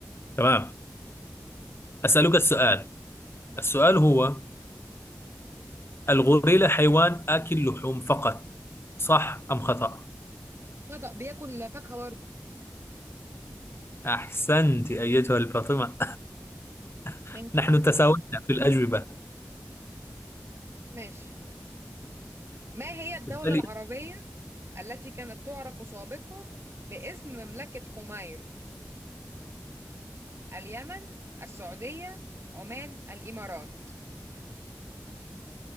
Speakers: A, on the left; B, on the right.
A: تمام أسألك السؤال السؤال
B: اسأل
A: هو الغوريلا حيوان آكل لحوم فقط صح أم خطأ
B: خطأ بياكل فاكهة برضه
A: أحسنت أيتها الفاطمة <laughs>
B: ثانك
A: نحن
B: يو
A: تساوينا في الأجوبة
B: ماشي ما هي الدولة
A: بالتالي
B: العربية التي كانت تعرف سابقا باسم مملكة حمير اليمن السعودية عمان الإمارات